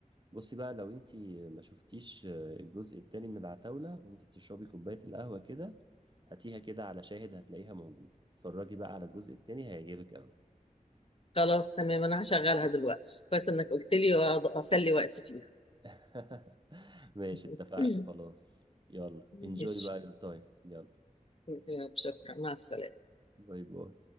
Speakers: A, on the right; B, on the left.
A: بصي بقى لو انتي ما شفتيش آه، الجزء التاني من العتاولة وانتي بتشربي كوباية القهوة كده هاتيها كده على شاهد هتلاقيها موجودة اتفرجي بقى على الجزء التاني هيعجبك قوي
B: خلاص تمام انا هشغلها دلوقتي كويس انك قلت لي وأقعد اسلي وقتي فيها
A: <laughs> ماشي اتفقنا
B: <clears throat>
A: خلاص يلا انجوي
B: ماشي
A: بقى يور تايم يلا
B: يلا، شكرا مع السلامه
A: باي باي